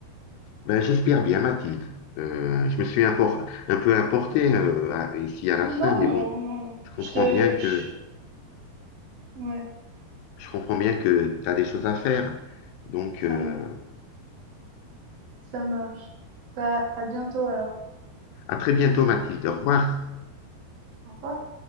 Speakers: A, on the left; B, on the right.
A: Ben, j'espère bien, Mathilde. Euh, je me suis impor- un peu importé euh, à- ici à la fin,
B: Non,
A: mais
B: non,
A: bon,
B: non, non.
A: je
B: Je
A: comprends
B: te,
A: bien que
B: je- ouais,
A: je comprends bien que tu as des choses à faire. Donc,
B: ça
A: euh,
B: me, ça marche. Bah, à bientôt alors.
A: à très bientôt, Mathilde. Au revoir.
B: Au revoir.